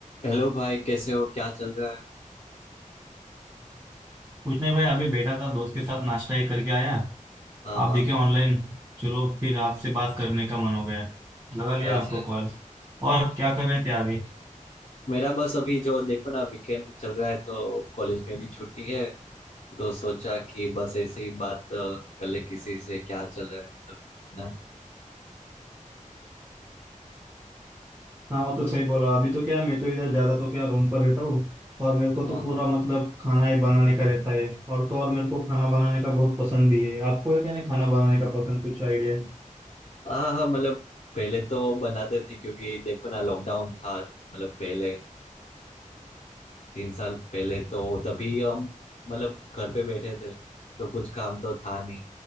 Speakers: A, on the left (about 55°); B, on the right (about 20°).
A: Hello भाई कैसे हो क्या चल रहा है
B: कुछ नहीं भाई अभी बैठा था दोस्त के साथ नाश्ता ही करके आया
A: हाँ
B: आप
A: हाँ
B: देखे ऑनलाइन चलो फिर आपसे बात करने का मन हो गया लगा लिया
A: अच्छा
B: आपको
A: अच्छा
B: कॉल और क्या कर रहे थे अभी
A: मेरा बस अभी जो देखो ना वीकेंड चल रहा है तो कॉलेज में भी छुट्टी है तो सोचा कि बस ऐसे ही बात अ, कर ले किसी से क्या चल रहा है मतलब ना
B: हाँ वो तो सही बोला अभी तो क्या मैं तो इधर ज्यादा तो क्या रूम पर रहता हूँ और मेरे को
A: हाँ
B: तो पूरा
A: हाँ
B: मतलब खाना ही बनाने का रहता है और तो और मेरे को खाना बनाने का बहुत पसंद भी है आपको है क्या नहीं खाना बनाने का पसंद कुछ आइडिया
A: हाँ हाँ मतलब पहले तो बनाते थे क्योंकि देखो ना लॉकडाउन था मतलब पहले अ, तीन साल पहले तो तभी हम मतलब घर पे बैठे थे तो कुछ काम तो था नहीं